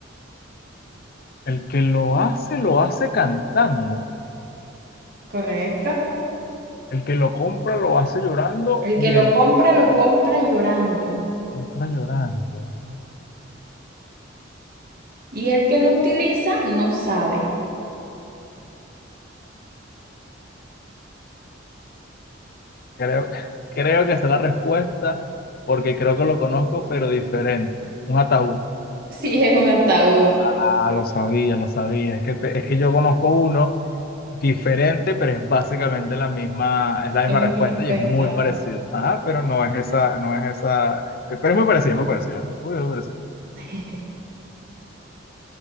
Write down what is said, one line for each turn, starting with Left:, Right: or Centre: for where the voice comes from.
Left: el que lo hace, lo hace cantando.
Right: ¿Correcto?
Left: El que lo compra lo hace llorando
Right: El
Left: y
Right: que lo
Left: el
Right: compra,
Left: que
Right: lo compra llorando.
Left: compra llorando.
Right: Y el que lo utiliza no sabe
Left: Creo, creo que esa es la respuesta porque creo que lo conozco, pero diferente. Un ataúd.
Right: <laughs> si es un ataúd.
Left: Ah, lo sabía, lo sabía. Es que, te- es que yo conozco uno diferente, pero es básicamente la misma, es la misma
Right: Esa
Left: respuesta
Right: es mi respuesta.
Left: y es muy parecido. Ajá, pero no es esa, no es esa, eh, pero es muy parecido, muy parecido, muy, muy parecido.
Right: <laughs>